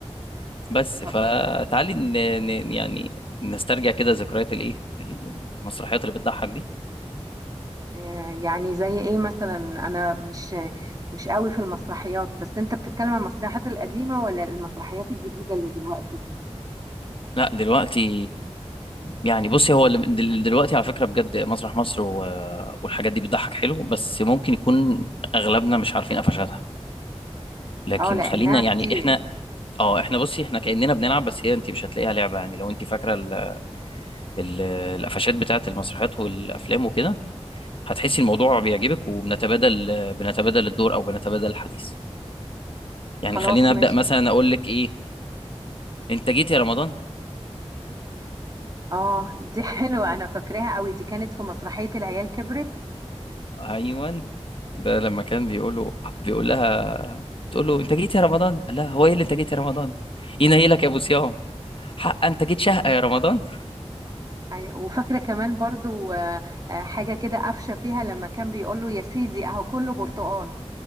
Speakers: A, on the left; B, on the right.
A: بس
B: طب
A: فتعالي ن... ن... يعني نسترجع كده ذكريات الايه المسرحيات اللي بتضحك دي
B: أه يعني زي ايه مثلا انا مش مش قوي في المسرحيات بس انت بتتكلم عن المسرحيات القديمة ولا المسرحيات الجديدة اللي دلوقتي
A: لا دلوقتي يعني بصي هو اللي- دل- دلوقتي على فكرة بجد مسرح مصر و... والحاجات دي بتضحك حلو بس ممكن يكون اغلبنا مش عارفين قفشاتها لكن
B: اه لانها
A: خلينا يعني
B: كتير
A: احنا اه احنا بصي احنا كأننا بنلعب بس هي انت مش هتلاقيها لعبة يعني لو انت فاكرة ال... ال... القفشات بتاعت المسرحيات والافلام وكده هتحسي الموضوع بيعجبك وبنتبادل بنتبادل الدور او بنتبادل الحديث يعني
B: خلاص
A: خليني
B: ماشي
A: ابدا مثلا اقول لك ايه انت جيت يا رمضان
B: اه دي حلوة انا فاكراها قوي دي كانت في مسرحية العيال كبرت
A: ايوان ده لما كان بيقول له بيقول لها بتقول له انت جيت يا رمضان قال لها هو ايه اللي انت جيت يا رمضان ينيلك يا ابو صيام حق انت جيت شهقه يا رمضان
B: أيوة وفاكرة كمان برضو آه، آه، حاجة كده قفشة فيها لما كان بيقول له يا سيدي أهو كله برتقان